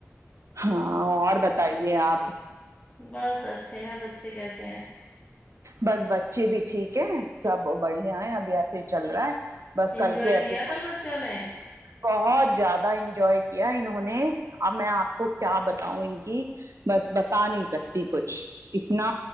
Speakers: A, on the right; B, on the left.
A: ہاں اور بتائیے آپ
B: بس اچھے ہیں بچے کیسے ہیں
A: بس بچے بھی ٹھیک ہے سب بڑھیا ہے ابھی ایسے چل رہا ہے بس
B: انجوائے
A: کل کے ایسے
B: کیا
A: تھک
B: کل بچوں نے
A: بہت زیادہ انجوائے کیا انہوں نے ا میں آپ کو کیا بتاؤں ان کی بس بتا نہیں سکتی کچھ اتنا